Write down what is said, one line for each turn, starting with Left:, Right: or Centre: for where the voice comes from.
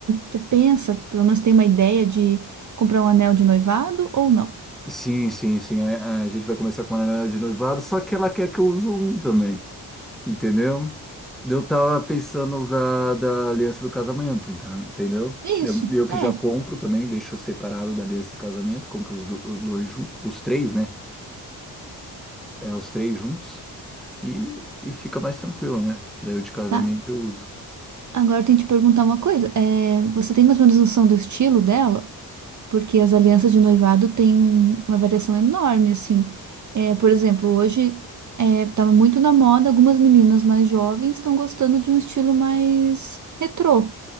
Right: você pensa, pelo menos tem uma ideia de comprar um anel de noivado ou não?
Centre: Sim, sim, sim. A, a gente vai começar com a análise de noivado, só que ela quer que eu use um também. Entendeu? Eu tava pensando usar da aliança do casamento, então, entendeu?
Right: É
Centre: Eu,
Right: Isso,
Centre: eu que
Right: é,
Centre: já compro também, deixo separado da aliança do casamento, compro os do- os dois juntos, os três, né? É, os três juntos e, e fica mais tranquilo, né? Daí o de casamento
Right: tá.
Centre: eu uso.
Right: Agora eu tenho que te perguntar uma coisa. É, você tem mais ou menos noção do estilo dela? Porque as alianças de noivado têm uma variação enorme, assim. É, por exemplo, hoje é, tá muito na moda, algumas meninas mais jovens estão gostando de um estilo mais retrô.